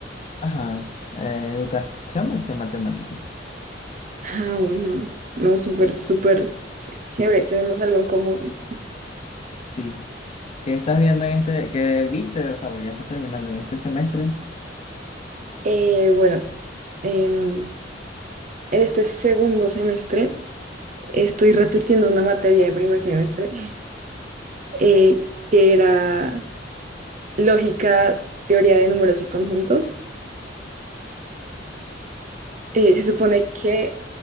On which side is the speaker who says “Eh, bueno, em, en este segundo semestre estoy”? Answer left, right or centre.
Right